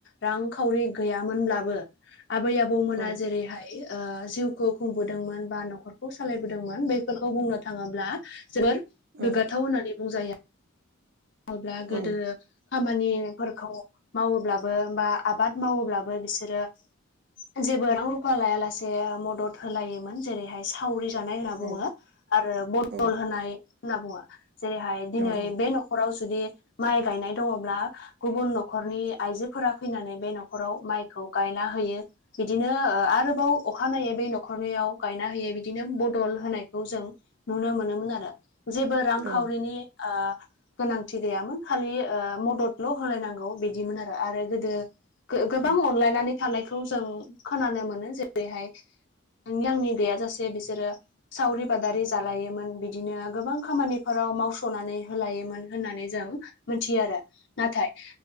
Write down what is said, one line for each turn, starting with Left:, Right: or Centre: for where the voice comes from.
Left: रांखावरि गैयामोनब्लाबो आबै आबौमोना
Right: औ
Left: जेरैहाय ओ जिउखौ खुंबोदोंमोन बा नखरखौ सालायबोदोंमोन बैफोरखौ बुंनो थाङोब्ला जोबोर गोग्गाथाव
Right: औ
Left: होननानै बुंजाया <unintelligible> ब्ला गोदो
Right: औ
Left: खामानिफोरखौ मावोब्लाबो बा आबाद मावोब्लाबो बिसोरो जेबो रां रुफा लायालासे मदद होलायोमोन। जेरैहाय सावरि जानाय होनना बुङो
Right: औ
Left: आरो बदल
Right: औ
Left: होनाय होनना बुङो। जेरैहाय दिनै
Right: नंगौ
Left: बे नखराव जुदि माइ गायनाय दङब्ला गुबुन नखरनि आइजोफोरा फैनानै बे नखराव माइखौ गायना होयो। बिदिनो ओ आरोबाव अखानायै बै न'खरनियाव गायना होयै बिदिनो बदल होनायखौ जों नुनो मोनोमोन आरो। जेबो रांखावरिनि
Right: औ
Left: ओ गोनांथि गैयामोन खालि ओ मददल' होलायनांगौ बिदिमोन आरो। आरो गोदो गो-गोबां
Right: औ
Left: अनलायनानै थानायखौ जों खोनानो मोनो जेरैहाय नोंनि आंनि गैयाजासे बिसोरो सावरि बादारि जालायोमोन बिदिनो गोबां खामानिफोराव मावस'नानै होलायोमोन होननानै जों मोन्थियो आरो। नाथाय